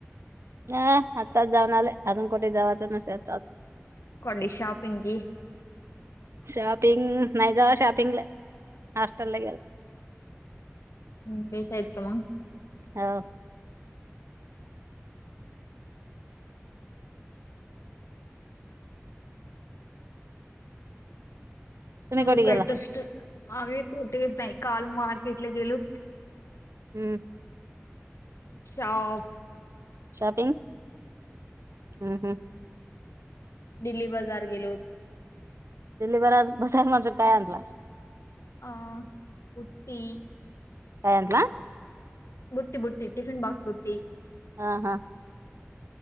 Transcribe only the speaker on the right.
ह आत्ताच जाऊन आले, अजून कुठे जावायचं नसेल आ आता.
शॉपिंग नाही जावा शॉपिंग ला हॉस्टेल ला गेलं.
हॅलो. तुम्ही
कुठे गेला
हम्म
शॉपिंग हम्म हम्म हम्
दिली बराज, बजार माज काय आणलो.
काय आणला.
हा हा